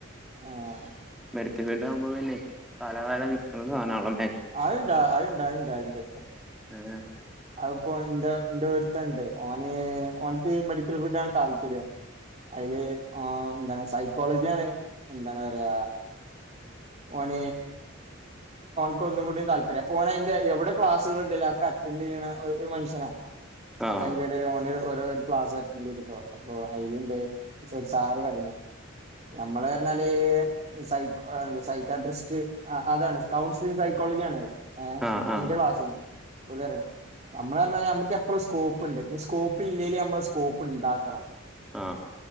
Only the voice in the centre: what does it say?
മെഡിക്കൽ ഫീൽഡ് ആവുമ്പോ പിന്നെ കാലകാലം നിക്ക്ണ സാനാ ആണല്ലോ
ഏഹ്
ആഹ്
ആഹ്
ആഹ്
ആഹ്